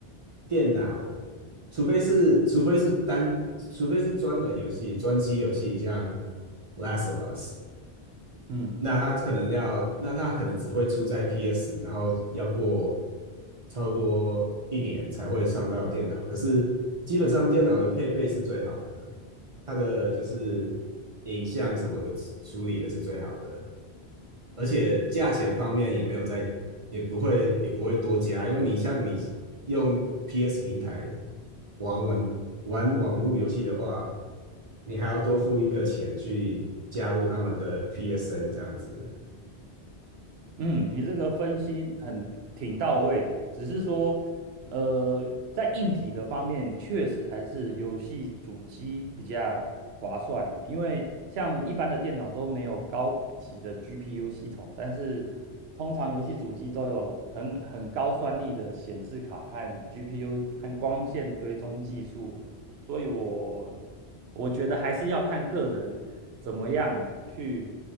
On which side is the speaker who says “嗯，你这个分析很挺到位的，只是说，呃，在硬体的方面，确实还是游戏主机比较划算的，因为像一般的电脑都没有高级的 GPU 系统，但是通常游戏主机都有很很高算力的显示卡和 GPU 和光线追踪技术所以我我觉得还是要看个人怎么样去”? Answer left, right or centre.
Right